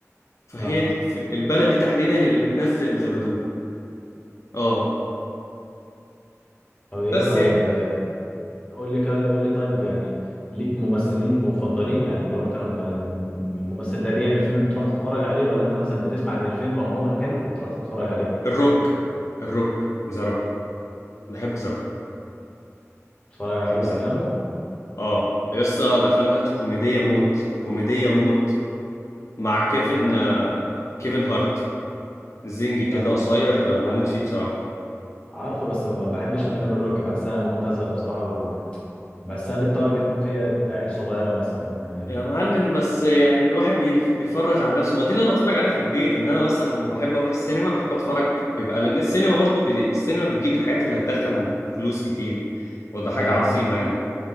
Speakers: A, on the left; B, on the left.
A: فهي
B: اه
A: دي في البلد دي تحديدا اللي بتنزل الزبدو اه
B: طب ايه
A: بس
B: طيب
A: يعني
B: آه، قول لي كا- قول لي طيب يعني ليك ممثلين مفضلين يعني اللي هو انت لما الم- الممثل ده بيعمل فيلم بتروح تتفرج عليه ولا انت مثلا بتسمع ان الفيلم عموما حلو فبتروح تتفرج عليه
A: الروك الروك ذا روك بحب ذا روك
B: تتفرج على
A: بحب
B: كل
A: ذا
B: افلامه
A: روك اه يسطا الافلام بتاعته كوميديه موت كوميديه موت مع كيفن
B: آه
A: آه كيفن هارت زنجي
B: لا
A: كده
B: ما
A: قصير
B: ما
A: آه، بموت
B: بح-
A: فيه بصراحه
B: عارفه بس ما بحبش افلام الروك بحسها مبتذله بصراحه وبحسها بتارجت فئه عيال صغيره مثلا يعني
A: يا معلم بس يعني الواحد بي- بيفرغ عن نفسه ما دي اللي انا بتفرج عليها في البيت انما بس لما بحب اروح السينما بحب اتفرج بيبقى لان السينما برضو بي... السينما بتجيب الحاجات اللي هتدخل فلوس كتير وده حاجة
B: اه
A: عظيمة يعني